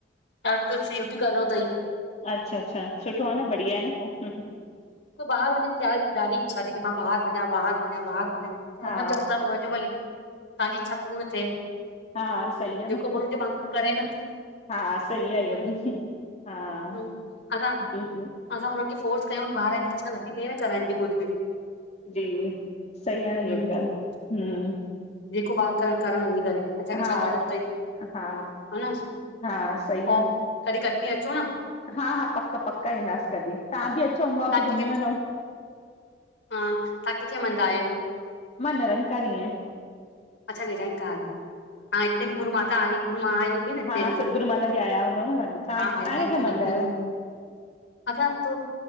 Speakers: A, on the left; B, on the left.
A: हाण कुझु फीूट कनो अथई <unintelligible>
B: अच्छा अच्छा सुठो आहे न बढ़िया आहे न पोइ।
A: बाहिर वञ जीॾाढी इच्छा थी मां बाहिर बञया बार बञया बाहिर बञया।
B: हा
A: असां चऊं था पो वञो भली तसांजी् इच्छा पूर्ण थिए।
B: हा हा सई आहे
A: जेको
B: न
A: माण्हू जे माण्हू करे न
B: हा सही आहे इहा
A: हम्म
B: बि हा।
A: हम्म असां
B: जी जी
A: असां हुननि खे फोर्स कयूं ॿार जी इच्छा नथी थिए करण जी कुझु बि
B: जी सही आहे न
A: हम्म
B: इहा बि ॻाल्हि हम्म
A: जेको ॿार करन करण वञी करे असांखे
B: हा
A: छा करिणो अथई।
B: हा
A: हा न
B: हा सही
A: हा,
B: आहे न
A: कॾहिं कटनी अचो न।
B: हा, हा पक पक ईंदासीं कॾहिं तव्हां बि अचो अमबा
A: तव्हां
B: हुते
A: कंहिंखे
B: घुमी वञो।
A: हा तव्हां किन्खे मंदा आहियो?
B: मां निरंकारी आये।
A: अच्छा निरंकार हा हिते भी गुरू माता आई, गुरू मां आई हुई न हिते
B: हा
A: भी
B: सतगुरू माता जी आया हूंदव न तव्हां तव्हां
A: हा
B: तव्हां
A: अलर्ट
B: कंहिंखे
A: थी
B: मञंदा आहियो
A: अच्छा त